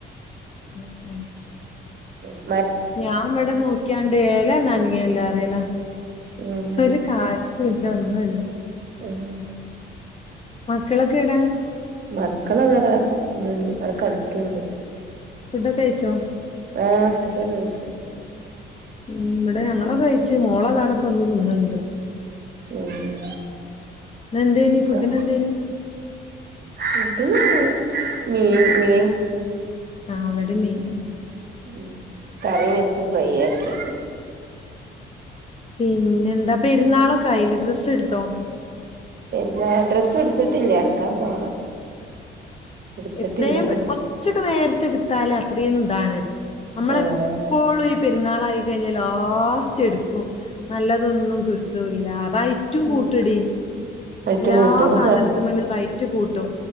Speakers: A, on the left; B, on the right.
A: ഉം ഉം
B: നല്ല
A: ഞാൻ ഇവടെ നോക്കിയാണ്ട ഏലന്നനങ്ങല്ലാം അറല
B: ഉം
A: ഒരു കാ <unintelligible> ഒന്നുല്ല
B: ഉം
A: മക്കളൊക്കെ എടേ
B: മക്കള അതവിടമ് അവിടെ കളിക്കണ്ട്
A: ഫുഡ് കയിച്ചോ
B: ആഹ് ഫുഡ്ക്കെ കഴിച്ചു
A: ഉ ഇവിടെ ഞങ്ങള കഴച്ച് മോളോതാടപ്പൊ ഒന്ന് തിന്നണ്ട്
B: ഉം
A: നന്ദദേനി
B: ഒക്കെ
A: ഫുഡ്ന്‌ നന്ദദേനി
B: ഫുഡിന് മീൻ മീൻ
A: ആ അവിടെ മീൻ തന്നെ
B: ഉ കറി വെച്ച് ഫ്രൈ ആക്കിട്ട്
A: പിന്നെ എന്താ പെരുന്നാളൊക്കെയില്ല ഡ്രസ്സ് എടുത്തോ
B: പരുന്നാ ഡ്രസ്സ് എടുത്തിട്ട് ഇല്ല എടുക്കാൻ പോണം എടുത്തിട്ടില്ല
A: എത്രയും പെ കൊറച്ചക്ക നേരത്തെ ട്ത്താല് അത്രയും ഇതാണ് നമ്മളെ
B: ആഹ്
A: എപ്പ് എപ്പോളും ഈ പെരുന്നാളായി കഴിഞ്ഞാൽ ലാസ്റ്റ് എടുക്കും നല്ലതൊന്നും കി ട്ടുല്ല റൈറ്റും
B: ഉം
A: കൂട്ടുംടി
B: റേറ്റ്
A: എല്ലാ
B: കൂട്ടും
A: സാധനത്തി മേലും റൈറ്റ് കൂട്ടും